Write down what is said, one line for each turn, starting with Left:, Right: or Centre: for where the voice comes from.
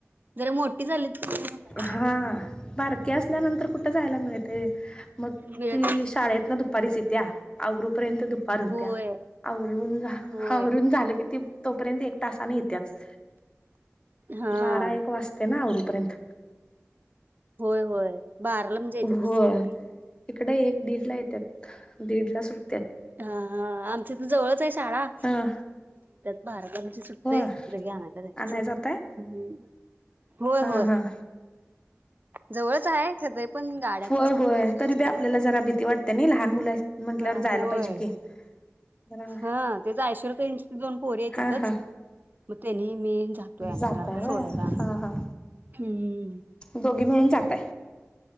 Right: जरा मोठी झाली तर काय वाटत
Left: हा
Right: नाही
Left: बारकीे असल्यानंतर कुठं जायला मिळते. मग
Right: मिळत
Left: ती शाळेत ना दुपारीच येत्या आवरपर्यंत दुपार होत्या
Right: होय
Left: आवरून आवरून
Right: होय.
Left: झालं की तोपर्यंत एक तासाने येत्याच
Right: हा
Left: बारा एक वाजते ना आवरूपर्यंत.
Right: होय होय बाराला म्हणजे येतातच
Left: होय
Right: पोरी
Left: इकड एक दीड ला येत दीडला सुट
Right: हा हा आमच्या तर जवळच आहे शाळा.
Left: हा
Right: बारावीची सुटते
Left: होय
Right: लगेच, आणायला जायचं
Left: आणाय जाताय?
Right: ह होय
Left: हा
Right: होय
Left: हा.
Right: जवळच आहे स पण गाड्यात
Left: होय
Right: असतात
Left: होय
Right: म्हणज ना
Left: तरी
Right: रस्त्याला
Left: बी आपल्याला जरा भीती वाटते नाही लहान मुलं आहेत म्हटल्यावर
Right: ब
Left: जायला
Right: होय
Left: पाहिजे की. जरा
Right: हा तेच ऐश्वर्या ताईंचे दोन पोरी आहे तिथंच,
Left: हा हा
Right: मग त्यांनी मी जा तो
Left: जाताय होय
Right: सोडा का
Left: हा हा
Right: हम्म
Left: दोघी मिळून जातय,